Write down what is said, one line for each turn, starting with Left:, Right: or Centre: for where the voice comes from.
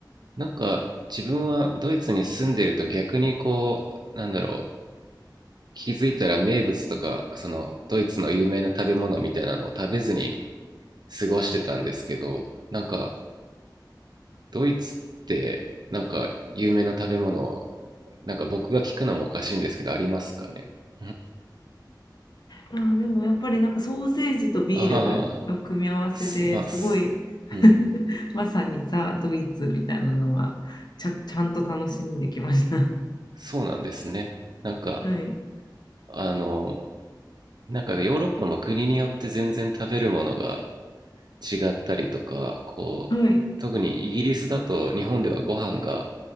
Right: なんか自分はドイツに住んでると逆にこう、なんだろう、気づいたら名物とか、そのドイツの有名な食べ物みたいなのを食べずに過ごしてたんですけどなんかドイツってなんか有名な食べ物なんか僕が聞くのもおかしいんですけどありますかねん
Left: あー、でもやっぱりなんかソーセージとビールの組み合わせですごい
Right: ああすまあす
Left: <laughs>
Right: うん
Left: まさにザ・ドイツみたいなのはちゃ、ちゃんと楽しんできました。
Right: そうなんですねなんか
Left: <laughs> はい。
Right: あのなんかヨーロッパも国によって全然食べるものが違ったりとかこう特にイギリスだと日本ではご飯が
Left: はい。